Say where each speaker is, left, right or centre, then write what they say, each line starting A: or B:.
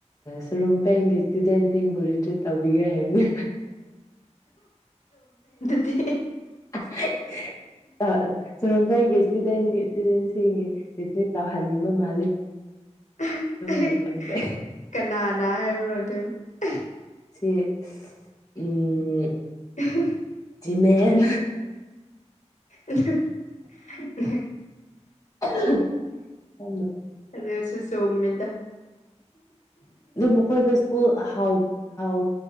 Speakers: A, on the left; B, on the left.
A: ꯁꯨꯔꯨꯝꯄꯦꯡꯒꯤ ꯏꯁꯇꯨꯗꯦꯟꯁꯤꯡꯕꯨ ꯔꯤꯇ꯭ꯔꯤꯠ ꯇꯧꯕꯤꯒꯦ ꯍꯥꯏꯕꯅꯦ
B: ꯍꯤꯍꯤ
A: ꯍꯩ ꯍꯦ <unintelligible> ꯏꯁꯇꯨꯗꯦꯟ ꯏꯁꯇꯨꯗꯦꯟꯁꯤꯡꯒꯤ ꯔꯤꯇ꯭ꯔꯤꯠ ꯇꯧꯍꯟꯅꯤꯡꯕ ꯃꯥ
B: ꯑꯍ ꯑꯍ ꯍꯦ ꯍꯦ
A: ꯅꯣꯛꯅꯤꯡꯕ
B: ꯀꯅꯥꯅ ꯍꯥꯏꯔꯨꯔꯗꯤ ꯑꯍꯤ
A: ꯁꯤ ꯎꯝ
B: ꯎꯍꯨ
A: ꯖꯤꯃꯦꯟ
B: ꯑꯗꯨ ꯎꯍꯨꯝ
A: <unintelligible> ꯑ ꯍꯦ ꯍꯦ
B: ꯑꯗꯨꯁꯨ ꯆꯨꯝꯃꯤꯗ
A: ꯑꯗꯨ ꯃꯈꯣꯏꯗꯣ ꯁ꯭ꯀꯨꯜ ꯍꯧ ꯍꯧ